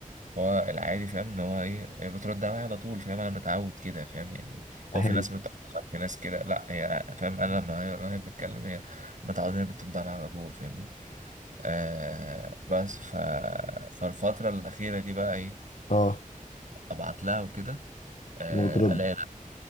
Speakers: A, on the right; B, on the left.
A: هو العادي فاهم ان هو ايه هي بترد عليا على طول فاهم انا متعود كده فاهم يعني هو
B: حلو
A: في ناس بتأخر في ناس كده لا هي فاهم انا لما هي لما هي بتتكلم هي متعود ان هي بترد عليا على طول فاهمني آه بس ف فالفترة الأخيرة دي بقى ايه
B: اه
A: ابعت لها وكده آه
B: وبترد
A: الاقي لا